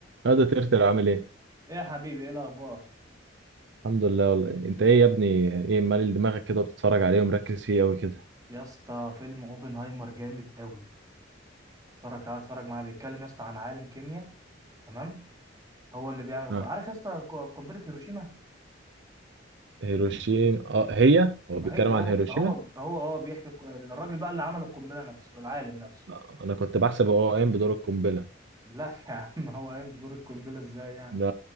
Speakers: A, on the right; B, on the right.
A: هذا ترتر عامل ايه
B: ايه يا حبيبي ايه الاخبار
A: الحمد لله والله انت ايه يا ابني ايه مالي دماغك كده وبتتفرج عليه ومركز فيه قوي كده
B: يا اسطى فيلم اوبنهايمر جامد قوي اتفرج تعالى اتفرج معايا بيتكلم يا اسطى عن عالم كيمياء تمام هو اللي بيعمل الكو...
A: ها
B: عارف يا اسطى ق- قنبله هيروشيما
A: هيروشيما اه هي هو بيتكلم
B: هي هو
A: عن هيروشيما
B: هو هو هو بيحكي الق- الراجل بقى اللي عمل القنبله نفسه العالم نفسه
A: آه، انا كنت بحسب هو قايم بدور القنبله
B: لا <laughs> يا عم هو قايم بدور القنبله ازاي يعني
A: ده